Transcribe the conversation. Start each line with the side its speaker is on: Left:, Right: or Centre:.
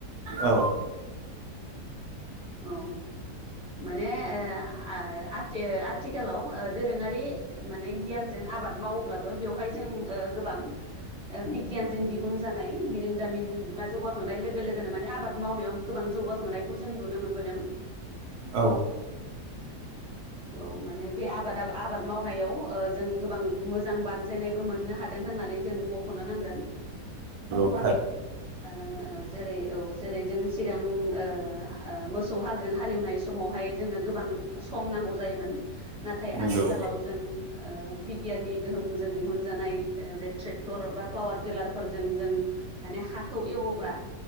Right: औ
Centre: औ माने ओ आ-आथि-आथिखालाव। ओ दोरोङारि माने गियानजों आबाद मावोब्लाबो बेवहाय जों ओ गोबां। ओ बिगियानजों दिहुनजानाय बिरोंदामिन बा जौगाखांनाय लोगो-लोगोनो माने आबाद मावनायाव गोबां जौ। जौगाखांनायखौ जों नुनो मोनबोदों।
Right: औ
Centre: औ माने बे आबादा-आबाद मावनायाव ओ जों गोबां मोजां बान। जायनायबो मोननो हादों होननानै जों मख'नो नांगोन।
Right: आरो।
Centre: ओ जेरै-औ जेरै जों सिगां ओ-ओ मोसौ हालजों हालेवनाय सम। समावहाय जोंनो गोबां सम नांगौ। जायोमोन नाथाय
Right: नंगौ
Centre: आथिखालाव जों ओ बिगियाननि गोहोमजों दिहुनजानाय ओ। बे ट्रेक्टर बा पावार टिलारफोरजों जों। माने हाखौ एवोबा